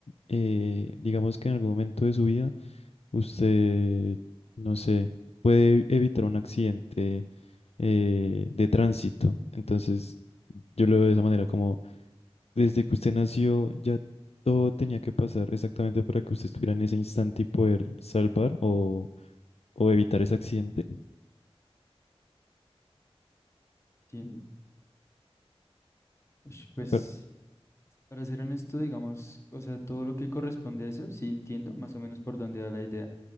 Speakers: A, on the left (about 75°); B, on the left (about 25°).
A: eh, digamos que en algún momento de su vida, Usted, no sé, puede evitar un accidente eh, de tránsito. Entonces, yo lo veo de esa manera, como desde que usted nació, ya todo tenía que pasar exactamente para que usted estuviera en ese instante y poder salvar o, o evitar ese accidente.
B: ¿sí? Ush, Pues,
A: Pero,
B: para ser honesto, digamos, o sea, todo lo que corresponde a eso, sí entiendo más o menos por dónde va la idea